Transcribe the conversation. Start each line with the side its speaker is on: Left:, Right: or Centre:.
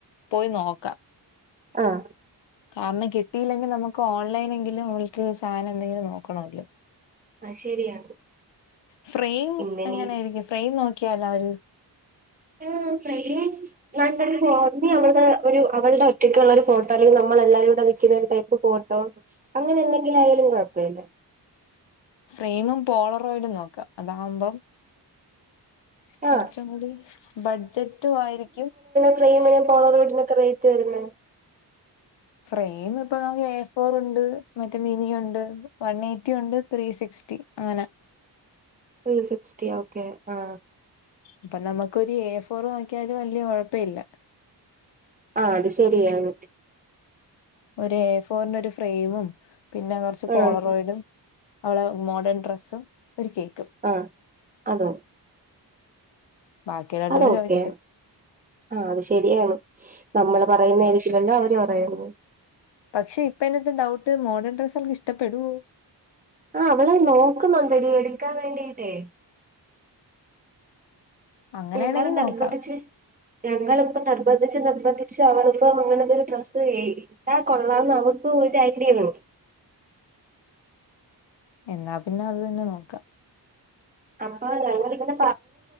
Left: പോയി നോക്കാം.
Right: ആഹ്
Left: കാരണം കിട്ടയില്ലെങ്കിൽ നമുക്ക് ഓൺലൈനെങ്കിലും ഓൽക്ക് സാധനം ന്തെങ്കിലും നോക്കണല്ലോ.
Right: ആഹ ശരിയാണ്.
Left: ഫ്രെയിം
Right: ഇങ്ങനെ
Left: എങ്ങനായിരിക്കും ഫ്രെയിം നോക്കിയാല ഒരു
Right: <unintelligible> നല്ലൊരു ഫോ നീ അവളടെ ഒരു അവളുടെ ഒറ്റയ്ക്കുള്ളൊരു ഫോട്ടോ അല്ലെങ്കി നമ്മളെല്ലാരൂടെ നിക്കുന്നയ് പ്പ് ഫോട്ടോ അങ്ങനെ എന്തെങ്കിലും ആയാലും കുഴപ്പഇല്ല.
Left: ഫ്രെയിമും പോളറോയിഡും നോക്കാം അതാകുമ്പം കുറച്ചും
Right: ആഹ്
Left: കൂടി ബഡ്ജറ്റു ആയിരിക്കും
Right: ക്രീമിനും കോളർ വരുന്നൊക്കെ റെയ്റ്റ് വരുന്ന
Left: ഫ്രെയിം ഇപ്പൊ നമുക്ക് എ ഫോർ ഉണ്ട്, മറ്റേ മിനി ഉണ്ട്, വൺ എയ്റ്റി ഉണ്ട്, ത്രീ സിക്സ്റ്റി റ്റി അങ്ങനെ
Right: <unintelligible> സിക്സ്റ്റി ഓക്കെ ആ
Left: അപ്പൊ നമുക്കൊരു എ ഫോർ വാങ്ങിക്കിയാല് വല്യയ കുഴപ്പ ഇല്ല.
Right: ആഹ് അത് ശരിയാണ്
Left: ഒരു എ ഫോറിന്റെ ഒരു ഫ്രെയിമും പിന്നെ കുറച്ച് പോളറോയിഡും
Right: ആഹ്
Left: അവളെ മോഡേൺ ഡ്രെസ്സും ഒരു കേക്കും
Right: അ അതൊ
Left: ബാക്കിയുള്ളവരോട്
Right: അത് ഒക്കേയാണ്
Left: ചോദിക്കട്ടെ
Right: ആ അത് ശരിയാണ് നമ്മള് പറയുന്ന ആയിരിക്കില്ലല്ലോ അവര് പറയുന്നത്
Left: പക്ഷെ ഇപ്പെന്റെടത്ത്ടൗട്ട് മോഡേൺ ഡ്രസ്സ് അവൾക്ക് ഇഷ്ടപ്പെടുവോ
Right: ആ അവള് നോക്കുന്നുണ്ടടി എടുക്കാൻ വേണ്ടിട്ടേ
Left: അങ്ങനെയാണെങ്കിൽ
Right: പോയിക്ക്ണ് നിർബന്തിച്ച്
Left: നോക്കാം
Right: ഞങ്ങളിപ്പ നിർബന്ധിച്ച് നിർബന്ധിച്ച് അവളിപ്പ അങ്ങനെരു ഡ്രസ്സ് മേടി ഇട്ടാ കൊള്ളാംന്ന് അവർക്ക് ഒരു ഐഡിയ ഉള്ളൂ.
Left: എന്നാ പിന്നെ അത് തന്നെ നോക്കാം.
Right: അപ്പൊ ഞങ്ങിളിവിടെ